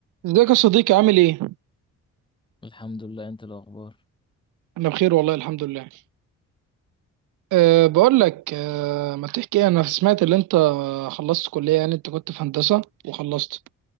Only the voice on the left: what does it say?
الحمد لله انت إيه الاخبار